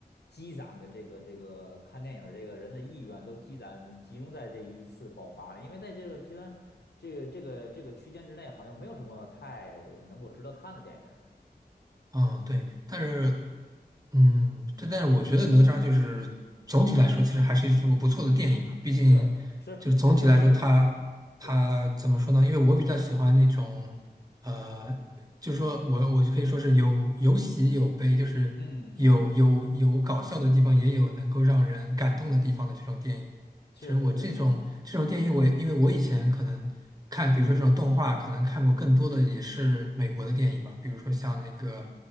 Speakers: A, on the left; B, on the right.
A: 积攒的这个这个看电影儿这个人的意愿都积攒集中在这一次爆发了，因为在这个居然这个这个这个区间之内，好像没有什么太能够值得看的电影。
B: 嗯，对，但是，嗯，对，但是我觉得哪吒就是总体来说，其实还是一部不错的电影吧。毕竟，
A: 对，是，
B: 就是总体来说它，
A: 他确实是不错的。对，
B: 它怎么说呢？因为我比较喜欢那种，呃，就是说我我就可以说是有有喜有悲，就是有有有搞笑的地方，
A: 嗯嗯嗯嗯嗯，
B: 也有能够让人感动的地方的这种电影。
A: 是是是，
B: 其实我这种这种电影我也因为我以前可能看，比如说这种动画，可能看过更多的也是美国的电影吧，比如说像那个